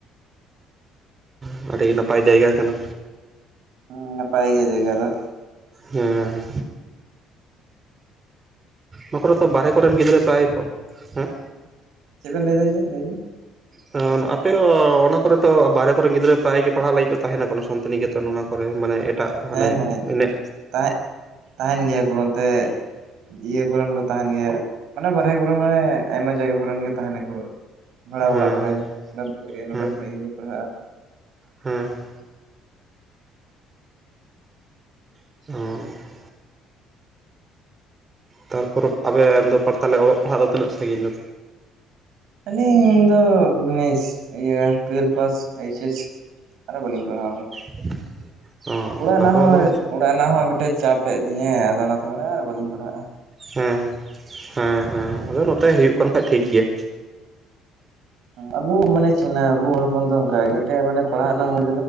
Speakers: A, on the right; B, on the right.
A: ᱦᱩᱸ ᱟᱹᱰᱤ ᱱᱟᱯᱟᱭ ᱡᱟᱭᱜᱟ ᱠᱟᱱᱟ᱾
B: ᱦᱩᱸ ᱱᱟᱯᱟᱭ ᱜᱮᱭᱟ ᱡᱟᱭᱜᱟ ᱫᱚ᱾
A: ᱡᱮᱸ᱾ ᱱᱚᱣᱟ ᱠᱚᱨᱮ ᱛᱚ ᱵᱟᱦᱨᱮ ᱠᱚ ᱨᱮᱱ ᱜᱤᱫᱽᱨᱟᱹ ᱯᱨᱟᱭ, ᱦᱮᱸ?
B: ᱪᱮᱫ ᱵᱮᱱ ᱞᱟᱹᱭ ᱮᱫᱟ ᱡᱮ ᱞᱟᱹᱭ ᱵᱮᱱ
A: ᱮᱸ ᱟᱯᱮ ᱚᱱᱟ ᱠᱚ ᱨᱮ ᱛᱚ ᱵᱟᱦᱨᱮ ᱠᱚ ᱨᱮᱱ ᱜᱤᱫᱽᱨᱟᱹ ᱯᱨᱟᱭ ᱜᱮ ᱯᱟᱲᱦᱟᱜ ᱞᱟᱹᱜᱤᱫ ᱠᱚ ᱛᱟᱦᱮᱸᱱᱟ ᱠᱚ ᱥᱟᱱᱛᱤᱱᱤᱠᱮᱛᱚᱱ ᱚᱱᱟ ᱠᱚ ᱨᱮ ᱢᱟᱱᱮ ᱮᱴᱟᱜ ᱦᱟᱱᱮ
B: ᱦᱮᱸ ᱦᱮᱸ
A: ᱮᱱᱮᱡ
B: ᱛᱟᱦᱮᱸᱜ ᱛᱟᱦᱮᱸᱱ ᱜᱮᱭᱟ ᱠᱚ ᱱᱚᱛᱮ ᱤᱭᱟᱹ ᱠᱚᱨᱮᱱ ᱠᱚ ᱛᱟᱦᱮᱸᱱ ᱜᱮᱭᱟ ᱢᱟᱱᱮ ᱵᱟᱦᱨᱮ ᱠᱚ ᱨᱮᱱ ᱢᱟᱱᱮ ᱟᱭᱢᱟ ᱡᱟᱭᱜᱟ ᱠᱚ ᱨᱮᱱ ᱜᱮ ᱛᱟᱦᱮᱹᱱ ᱟᱠᱚ᱾ ᱵᱷᱟᱲᱟ
A: ᱦᱮᱸ
B: ᱚᱲᱟᱜ ᱠᱚᱨᱮ, ᱱᱚᱰᱮᱱ ᱠᱚ ᱤᱭᱟᱹ ᱱᱚᱰᱮᱱ
A: ᱦᱮᱸ ᱦᱮᱸ
B: ᱠᱚ ᱤᱭᱟᱹ ᱯᱟᱲᱦᱟᱜᱼᱟ᱾
A: ᱦᱮᱸ᱾ ᱚ᱾ ᱛᱟᱨᱯᱚᱨ ᱟᱹᱵᱮᱱ ᱫᱚ ᱯᱟᱨᱛᱟᱞᱮ ᱚᱞᱚᱜ ᱯᱟᱲᱦᱟᱜ ᱫᱚ ᱛᱤᱱᱟᱹᱜ ᱥᱟᱺᱜᱤᱧ ᱜᱮ ᱫᱚ?
B: ᱟᱹᱞᱤᱧ ᱫᱚ ᱢᱟᱱᱮᱥ ᱤᱭᱟᱹ ᱴᱩᱭᱮᱞ ᱯᱟᱥ ᱮᱭᱤᱪ ᱮᱥ ᱟᱨᱚ ᱵᱟᱹᱞᱤᱧ ᱯᱟᱲᱦᱟᱣ ᱠᱟᱱᱟ᱾
A: <unintelligible>
B: ᱚᱲᱟᱜ
A: ᱛᱟᱨᱯᱚᱨ
B: ᱨᱮᱱᱟᱜ ᱦᱚᱸ
A: ᱟᱫᱚ
B: ᱚᱲᱟᱜ ᱨᱮᱱᱟᱜ ᱦᱚᱸ ᱢᱤᱫᱴᱮᱡ ᱪᱟᱯ ᱦᱮᱡ ᱟᱫᱤᱧᱟᱹ ᱟᱫᱚ ᱚᱱᱟᱛᱮ ᱢᱟᱱᱮ ᱟᱨ ᱵᱟᱹᱞᱤᱧ ᱯᱟᱲᱦᱟᱜᱼᱟ᱾
A: ᱦᱮᱸ ᱦᱮᱸ ᱦᱮᱸ ᱟᱫᱚ ᱱᱚᱛᱮ ᱦᱩᱭᱩᱜ ᱠᱟᱱ ᱠᱷᱟᱡ ᱴᱷᱤᱠ ᱜᱮᱭᱟ᱾
B: ᱦᱩᱸ ᱟᱵᱩ ᱢᱟᱱᱮ ᱪᱤᱱᱟ ᱟᱵᱩ ᱦᱚᱲ ᱠᱷᱚᱱ ᱫᱚ ᱚᱝᱠᱟ ᱜᱤ ᱴᱤᱫ ᱴᱮᱡ ᱢᱟᱱ ᱯᱟᱲᱦᱟᱣ ᱨᱮᱱᱟᱜ ᱢᱩᱡ